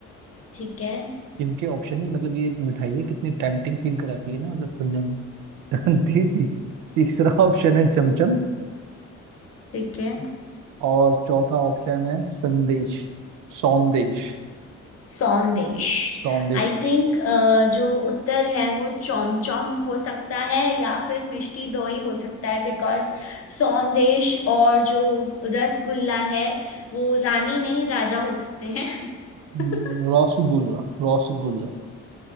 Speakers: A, on the left (about 50°); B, on the right (about 80°).
A: ठीक है
B: इनके ऑप्शन ही मतलब ये मिठाई है कितनी टेम्पटिंग फील कराती है ना मतलब सुनने में <laughs> ती, ती, तीसरा ऑप्शन है चमचम
A: ठीक है
B: और चौथा ऑप्शन है संदेश सौंदेश
A: संदेश
B: सौंदेश
A: आई थिंक जो उत्तर है वो चौम चौम हो सकता है या फिर मिष्टी दोई हो सकता है बिकॉज संदेश और जो रसगुल्ला है वो रानी नहीं राजा हो सकते हैं
B: हम्म,
A: <laughs>
B: रसगुल्ला रसगुल्ला